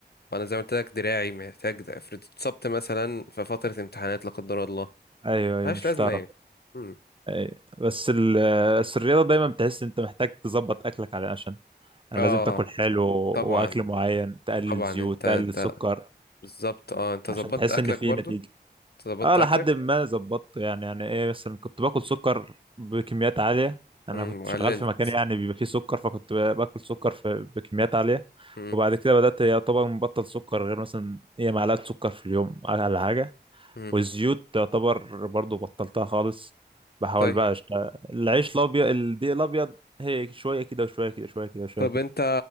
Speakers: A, on the left (about 65°); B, on the right (about 30°).
A: وانا زي ما قلت لك دراعي محتاج ده افرض اتصبت مثلا في فترة امتحانات لا قدر الله
B: أيوه أيوه
A: ملهاش
B: مش
A: لازمة
B: هتعرف
A: يعني مم.
B: أي. بس ال- بس الرياضة دايما بتحس انت محتاج تظبط اكلك على عشان يعني
A: اه
B: لازم تاكل حلو
A: طبعا
B: واكل معين تقلل
A: طبعا
B: زيوت
A: انت
B: تقلل
A: انت
B: سكر
A: بالظبط اه انت
B: عشان
A: ظبطت
B: تحس
A: اكلك
B: ان في
A: برضو
B: نتيجة
A: انت ظبطت
B: اه لحد
A: اكلك
B: ما ظبطت يعني يعني ايه مثلا كنت باكل سكر بكميات عالية انا
A: مم.
B: كنت
A: وقللت
B: شغال في مكان يعني بيبقى فيه سكر فكنت باكل سكر في بكميات عالية
A: مم.
B: وبعد كده بدأت يعتبر مبطل سكر غير مثلا ايه معلقة سكر في اليوم على حاجة
A: مم.
B: والزيوت تعتبر برضو بطلتها خالص بحاول
A: طيب
B: بقى أشت... العيش الابيض الدقيق الابيض هي شويه كده وشويه كده شويه كده وشويه
A: طب
B: كده
A: انت